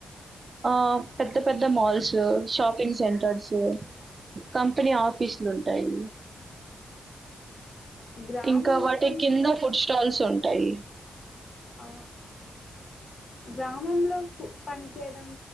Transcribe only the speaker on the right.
ఆ పెద్ద పెద్ద మాల్స్ షాపింగ్ సెంటర్స్ కంపెనీ ఆఫీసులు ఉంటాయి.
ఇంకా వాటి
కింద ఫుడ్ స్టాల్స్ ఉం అయి